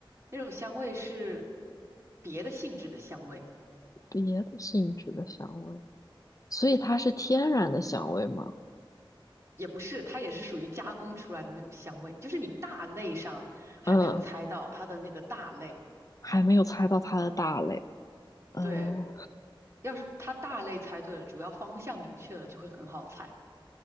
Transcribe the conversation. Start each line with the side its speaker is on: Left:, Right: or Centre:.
Right: 那种香味是别的性质的香味，
Left: 别的性质的香味，所以它是天然的香味吗？
Right: 也不是，它也是属于加工出来的那种香味，就是你大类上还没有猜到它的那个大类，
Left: 嗯，还没有猜到它的大类。嗯，
Right: 对。要是它大类猜对了，主要方向明确了，就会很好猜。